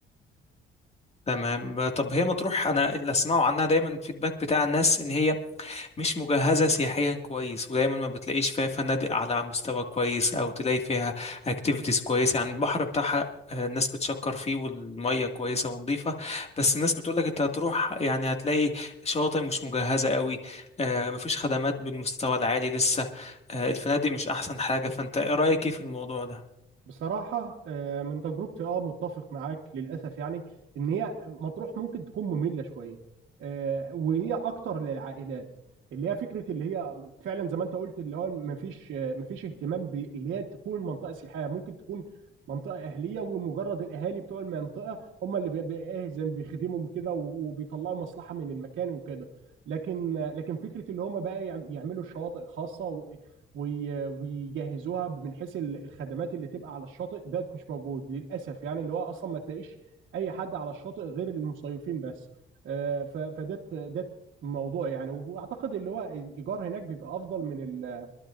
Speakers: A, on the left (about 30°); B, on the right (about 70°).
A: تمام طب هي مطروح انا اللي اسمعه عنها دايما الفيدباك بتاع الناس ان هي مش مجهزة سياحيا كويس ودايما ما بتلاقيش فيها فنادق على مستوى كويس أو تلاقي فيها اكتيفيتيز كويسة يعني البحر بتاعها آه، الناس بتشكر فيه والمية كويسة ونظيفة بس الناس بتقولك انت هتروح يعني هتلاقي شواطئ مش مجهزة قوي آه، مفيش خدمات بالمستوى العالي لسه آه، الفنادق مش أحسن حاجة فانت ايه رأيك ايه في الموضوع ده؟
B: بصراحة آه، من تجربتي اه متفق معاك للأسف يعني إن هي مطروح ممكن تكون مملة شوية آه، وهي أكتر للعائلات اللي هي فكرة اللي هي فعلا زي ما أنت قلت اللي هو مفيش آه، مفيش اهتمام ب- اللي هي تكون منطقة سياحية ممكن تكون منطقة أهلية ومجرد الأهالي بتوع المنطقة هم اللي بيبقى إيه زي ما بيخدمهم كده و- وبيطلعوا مصلحة من المكان وكده لكن آه، لكن فكرة اللي هم بقى يعم- يعملوا شواطئ خاصة وي- ويجهزوها من حيث ال- الخدمات اللي تبقى على الشاطئ ده مش موجود للاسف يعني اللي هو اصلا ما تلاقيش اي حد على الشاطئ غير المصيفين بس آه، ف- فده ده الموضوع يعني واعتقد اللي هو الايجار هناك بيبقى افضل من ال